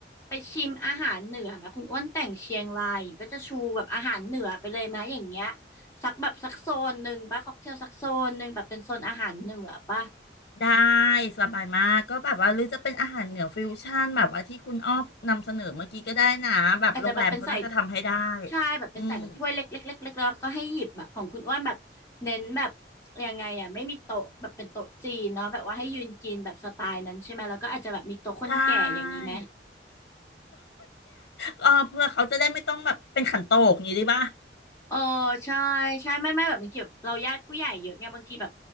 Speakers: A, on the left; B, on the left.
A: ไปชิมอาหารเหนือมาคุณอ้วนแต่งเชียงรายก็จะชูแบบอาหารเหนือไปเลยไหมอย่างเงี้ยสักแบบสักโซนหนึ่งป่ะค็อกเทลสักโซนหนึ่งแบบเป็นโซนอาหารเหนือป่ะ
B: ได้สบายมากก็แบบว่าหรือจะเป็นอาหารเหนือฟิวชั่นแบบว่าที่คุณอ้อนำเสนอเมื่อกี้ก็ได้นะแบบโรงแรมเขาน่าจะทำให้ได้
A: อาจจะแบบเป็นใส่ใช่แบบเป็นใส่แบบถ้วยเล็กๆเล็กๆแล้วก็ให้หยิบแบบของคุณอ้วนแบบเน้นแบบ
B: อืม
A: ยังไงอ่ะไม่มีโต๊ะแบบเป็นโต๊ะจีนเนาะแบบว่าให้ยืนกินแบบสไตล์นั้นใช่ไหมแล้วก็อาจจะแบบมีโต๊ะคนแก่อย่างนี้ไหม
B: ใช่เออเพื่อเขาจะได้ไม่ต้องแบบเป็นขันโตกอย่างนี้ได้ป่ะ
A: เออใช่ใช่ไม่ไม่แบบบางทีแบบเราญาติผู้ใหญ่เยอะไงบางทีแบบ